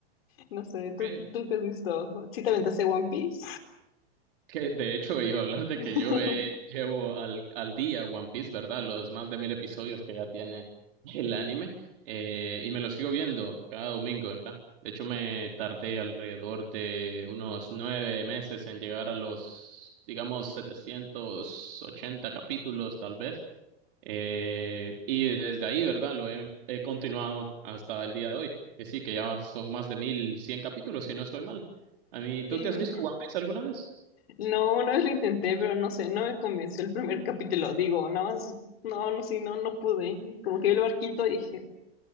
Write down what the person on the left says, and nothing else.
no sé,
¿tú, tú qué has visto? ¿Sí te aventaste One Piece?
<laughs>
Sí,
no, una vez lo intenté, pero no sé, no me convenció el primer capítulo, digo, nada más, no, no, sí, no, no pude, como que vi el barquito y dije,